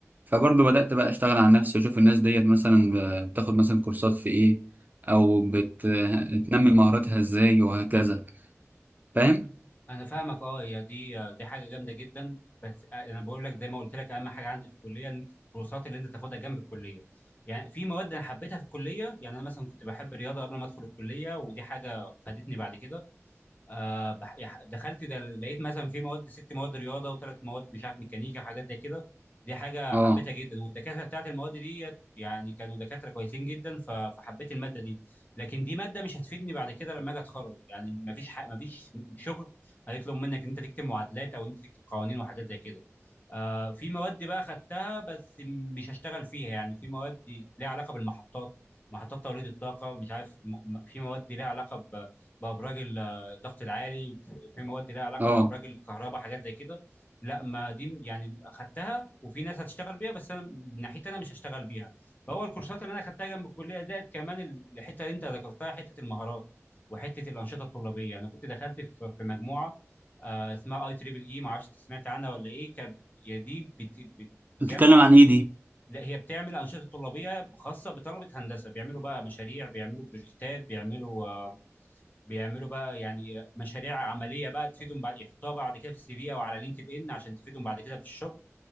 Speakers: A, on the right; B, on the left.
A: فبرضو بدأت بقى أشتغل على نفسي وأشوف الناس ديت مثلا ب- بتاخد مثلا كورسات في إيه أو بتنمي مهاراتها إزاي وهكذا فاهم؟
B: انا فاهمك اه يا دي آه، دي حاجه جامده جدا بس آه، انا بقول لك زي ما قلت لك اهم حاجه عندي في الكليه إن الكورسات اللي انت تاخدها جنب الكليه يعني في مواد انا حبيتها في الكليه يعني انا مثلا كنت بحب الرياضه قبل ما ادخل الكليه ودي حاجه فادتني بعد كده آه بح- يح- دخلت ده لقيت مثلا في مواد ست مواد رياضه وثلاث مواد مش عارف ميكانيكا وحاجات زي كده دي حاجه
A: اه
B: حبيتها جدا والدكاتره بتاعت المواد دي يعني كانوا دكاتره كويسين جدا ف- فحبيت الماده دي لكن دي ماده مش هتفيدني بعد كده لما اجي اتخرج يعني ما فيش ح- ما فيش شغل هيطلب منك ان انت تكتب معادلات او انت تكتب قوانين وحاجات زي كده آه في مواد بقى خدتها بس م- مش هشتغل فيها يعني في مواد ليها علاقه بالمحطات محطات توليد الطاقه مش عارف م- م- في مواد ليها علاقه ب- بابراج الضغط العالي في في مواد لها علاقه
A: اه
B: بابراج الكهرباء حاجات زي كده لا ما دي يعني اخدتها وفي ناس هتشتغل بيها بس انا من ناحيتي انا مش هشتغل بيها فهو الكورسات اللي انا اخدتها جنب الكليه زائد كمان الحته اللي انت ذكرتها حته المهارات وحته الانشطه الطلابيه انا كنت دخلت في في مجموعه آه، اسمها اي تريبل اي ما اعرفش انت سمعت عنها ولا ايه كانت هي دي بت-
A: بتتكلم
B: بتجمع
A: عن
B: ال-
A: ايه دي
B: لا هي بتعمل انشطه طلابيه خاصه بطلبه هندسه بيعملوا بقى مشاريع بيعملوا بروجكتات بيعملوا آه، بيعملوا بقى يعني مشاريع عمليه بقى تفيدهم بعد يحطوها بعد كده في السي في او على لينكد ان عشان تفيدهم بعد كده في الشغل